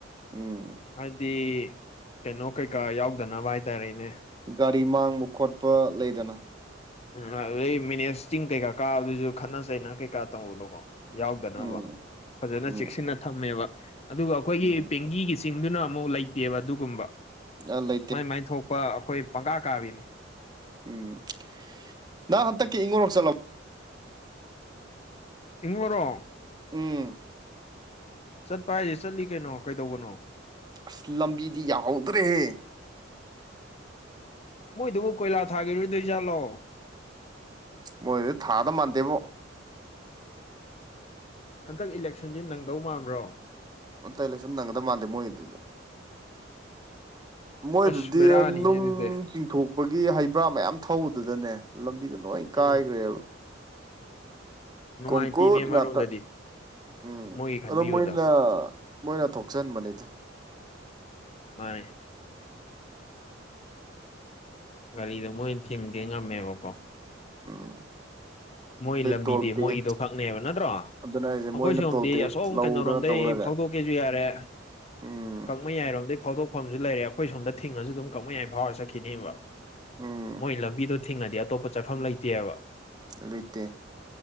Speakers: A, on the right (about 20°); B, on the left (about 35°).
A: ꯎꯝ
B: ꯍꯥꯏꯗꯤ ꯀꯩꯅꯣ ꯀꯩꯀꯥ ꯌꯥꯎꯗꯅꯕ ꯍꯥꯏꯇꯥꯔꯦꯅꯦ
A: ꯒꯥꯔꯤ ꯃꯥꯡꯕ ꯈꯣꯠꯄ ꯂꯩꯗꯅ
B: ꯎꯝ ꯑꯗꯨꯗꯩ ꯃꯦꯅꯦꯖ ꯆꯤꯡ ꯀꯩꯀꯥ ꯀꯥꯕꯗꯨꯁꯨ ꯈꯠꯅ ꯆꯩꯅ ꯀꯩꯀꯥ ꯇꯧꯕꯗ‌ꯣꯀꯣ ꯌꯥꯎꯗꯅꯕ
A: ꯎꯝ
B: ꯐꯖꯅ
A: ꯎꯝ
B: ꯆꯦꯛꯁꯤꯟꯅ ꯊꯝꯃꯦꯕ ꯑꯗꯨꯒ ꯑꯩꯈꯣꯏꯒꯤ
A: ꯎꯝ
B: ꯕ‌ꯦꯡꯒꯤꯒꯤ ꯆꯤꯡꯗꯨꯅ ꯑꯃꯨꯛ ꯂꯩꯇꯦꯕ ꯑꯗꯨꯒꯨꯝꯕ
A: ꯑ ꯂꯩꯇꯦ
B: ꯃꯥꯏ ꯃꯥꯏ ꯊꯣꯛꯄ ꯑꯩꯈꯣꯏ ꯄꯪꯀꯥ ꯀꯥꯕꯤꯅꯤ
A: ꯎꯝ ꯅꯪ ꯍꯟꯇꯛꯀꯤ ꯏꯪꯉꯨꯔꯣꯛ ꯆꯠꯂ
B: ꯏꯪꯉꯨꯔꯣ
A: ꯎꯝ
B: ꯆꯠꯄ ꯍꯥꯏꯁꯦ ꯆꯠꯂꯤ ꯀꯩꯅꯣ ꯀꯩꯗꯧꯕꯅꯣ
A: ꯑꯁ ꯂꯝꯕꯤꯗꯤ ꯌꯥꯍꯧꯗ꯭ꯔꯦꯍꯦ
B: ꯃꯣꯏꯗꯨꯕꯨ ꯀꯣꯏꯂꯥ ꯊꯥꯈꯤꯔꯣꯏꯗꯣꯏꯖꯥꯠꯂꯣ
A: ꯃꯣꯏꯗ‌ꯣ ꯊꯥꯗꯧ ꯃꯟꯗꯦꯕꯣ
B: ꯍꯟꯗꯛ ꯏꯂꯦꯛꯁꯟꯁ‌ꯦ ꯅꯪꯗꯧ ꯃꯟꯕ꯭ꯔꯣ
A: ꯍꯟꯗꯛ ꯏꯂꯦꯛꯁꯟ ꯅꯪꯒꯗꯕ ꯃꯥꯟꯗꯦ ꯃꯣꯏꯒꯤꯗꯨ ꯃꯣꯏꯗꯨꯗꯤ
B: ꯑꯁ ꯕꯦꯔꯥꯅꯤꯅꯦ
A: ꯅꯨꯡ
B: ꯑꯗꯨꯗꯤ
A: ꯆꯤꯡꯊꯣꯛꯄꯒꯤ ꯍꯩꯕ꯭ꯔꯥ ꯃꯌꯥꯝ ꯊꯧꯕꯗꯨꯗꯅꯦ ꯂꯝꯕꯤꯗꯨ ꯅꯣꯏ ꯀꯥꯏꯈ꯭ꯔꯦꯕ
B: ꯎꯝ ꯅꯨꯡꯉꯥꯏꯇꯦꯅꯦ
A: ꯀꯣꯡꯒꯨꯠ
B: ꯑꯃꯔꯣꯝꯗꯗꯤ
A: ꯉꯥꯛꯇ ꯎꯝ
B: ꯃꯣꯏꯒꯤ ꯈꯟꯕꯤꯕꯗꯣ
A: ꯑꯗꯣ ꯃꯣꯏꯅ ꯃꯣꯏꯅ ꯊꯣꯛꯆꯟꯕꯅꯤꯗ
B: ꯃꯥꯅꯤ ꯒꯥꯔꯤꯗꯣ ꯃꯣꯏꯅ ꯊꯤꯡꯒꯦ ꯉꯝꯃꯦꯕꯀꯣ
A: ꯎꯝ
B: ꯃꯣꯏ ꯂꯝꯕꯤꯗꯤ
A: ꯇꯣꯜ ꯇꯦꯛꯁ
B: ꯃꯣꯏꯒꯤꯗꯣ ꯈꯛꯅꯦꯕ ꯅꯠꯇ꯭ꯔꯣ ꯑꯩꯈꯣꯏ
A: ꯑꯗꯨꯅ ꯍꯥꯏꯁꯦ ꯃꯣꯏꯅ
B: ꯁ‌ꯣꯝꯗꯤ
A: ꯇꯣꯜ ꯇꯦꯛꯁ
B: ꯑꯁꯣꯝ
A: ꯂꯧꯗꯅ
B: ꯀꯩꯅꯣꯔꯣꯝꯗꯩ
A: ꯇꯧ ꯂꯩꯔꯦ
B: ꯐꯧꯗꯣꯛꯀꯦꯁꯨ ꯌꯥꯔꯦ
A: ꯎꯝ
B: ꯀꯛꯃꯩꯌꯥꯏ ꯔꯣꯝꯗꯒꯤ ꯐꯥꯎꯗꯣꯛꯐꯝꯁꯨ ꯂꯩꯔꯦ ꯑꯩꯈꯣꯏ ꯁꯣꯝꯗ ꯊꯤꯡꯉꯁꯨ ꯑꯗꯨꯝ ꯀꯛꯃꯩꯌꯥꯏ ꯐꯥꯎꯔ ꯆꯠꯈꯤꯅꯦꯕ
A: ꯎꯝ
B: ꯃꯣꯏ ꯂꯝꯕꯤꯗꯣ ꯊꯤꯡꯉꯗꯤ ꯑꯇꯣꯞꯄ ꯆꯠꯐꯝ ꯂꯩꯇꯦꯕ
A: ꯂꯩꯇꯦ